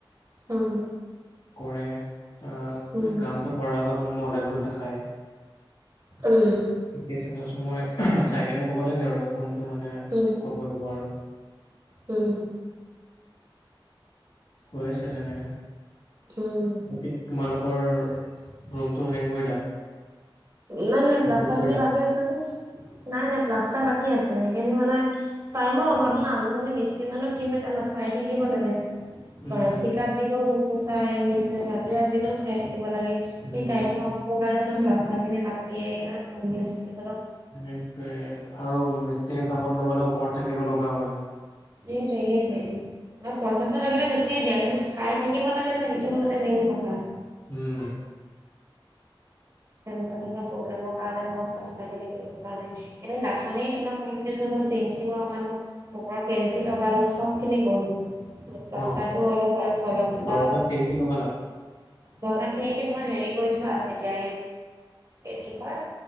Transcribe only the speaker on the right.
উম।
উম।
উম,
উম,
উম,
উম,
নাই নাই
প্লাষ্টাৰ
খিনি বাকী আছে যে। নাই নাই প্লাষ্টাৰ বাকী আছে সেইখিনি মানে টাইমৰ অভাৱ না মিস্ত্ৰী মানুহ কি হয় জানা চাই থাকিব লাগে।
অ ঠিকাত দিলেও চাই নিজ হাজিৰা দিনও চাই থাকিব লাগে
সেই টাইম হ'বৰ কাৰণে প্লা চনে বাকী এ শুওঁ বুলি ভাবিছোঁ।
এইটোয়ে এইটোয়ে <unintelligible> ম পইচাটো লাগিলে বেছিয়ে দিয়া কিন্তু চাই থাকিব লাগে যে সেইটো মানে মেইন কথা।
তেনেকুৱা তেনেকুৱা প্ৰব্লেমৰ কাৰণে মই প্লাষ্টাৰ খিনি কৰিব নাই। এনে গাঠনি তোমাৰ কমপ্লিট টিং চিঙৰ মানুহৰ কেঞ্চি লগালো চব খিনি গৈ গল। প্লাষ্টাটো
অলপ আৰু তলত
বা
দৰ্জা খিৰিকী তোমাৰ হেৰি কৈ থোৱা আছে এতিয়া এই কি কয়